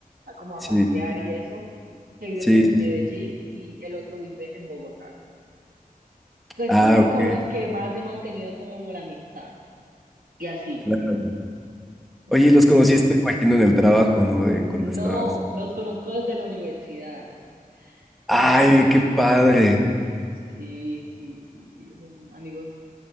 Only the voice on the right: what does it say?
como a
pasear y eso, que vive
pues en
Medellín
y el otro vive en Bogotá, que es
como
con los que más he mantenido como la amistad y así.
Entonces,
no,
los conozco desde la universidad, los
conozco desde
la
universidad. Sí, sí, sí, sí, son amigos,